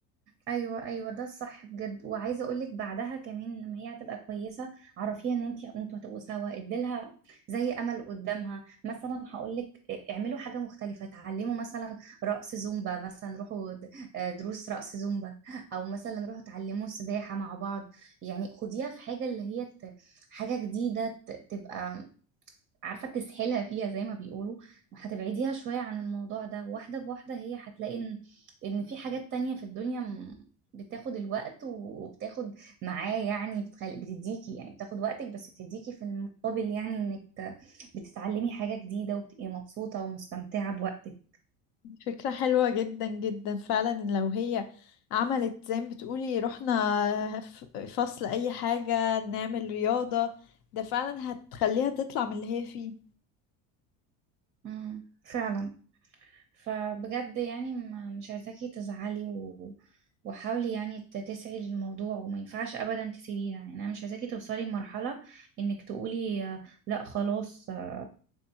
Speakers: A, on the right; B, on the left.
A: ايوه ايوه ده الصح بجد وعايزه اقول لك بعدها كمان لما هي هتبقى كويسه عرفيها ان انت انتوا هتبقوا سوا اديلها زي امل قدامها مثلا هقول لك اعملوا حاجه مختلفه اتعلموا مثلا رقص زومبا مثلا روحوا د- آه، دروس رقص زومبا او مثلا روحوا اتعلموا سباحه مع بعض يعني خديها في حاجه اللي هي ت- حاجه جديده ت- تبقى عارفة تسحلها فيها زي ما بيقولوا هتبعديها شوية عن الموضوع ده واحدة بواحدة هي هتلاقي ان ان في حاجات تانية في الدنيا م- بتاخد الوقت وبتاخد معاه يعني بتخل... بتديكي يعني بتاخد وقتك بس بتديكي في المقابل يعني انك ت- بتتعلمي حاجة جديدة وبتبقي مبسوطة ومستمتعة بوقتك
B: فكرة حلوة جدا جدا فعلا إن لو هي عملت زي ما بتقولي رحنا ف- فصل أي حاجة نعمل رياضة ده فعلا هتخليها تطلع من اللي هي فيه
A: امم فعلا فبجد يعني ما- مش عايزاكي تزعلي و... وحاولي يعني ت- تسعي للموضوع وما ينفعش ابدا تسيبيها يعني انا مش عايزاكي توصلي لمرحله انك تقولي آه، لا خلاص آه،